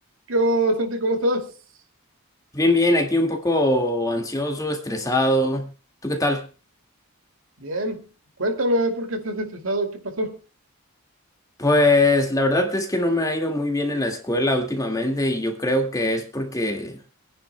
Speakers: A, on the right; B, on the left.
A: ¿Qué hubo, Santi? ¿Cómo estás?
B: Bien, bien, aquí un poco ansioso, estresado. ¿Tú qué tal?
A: Bien. Cuéntame a ver por qué estás estresado. ¿Qué pasó?
B: Pues la verdad es que no me ha ido muy bien en la escuela últimamente y yo creo que es porque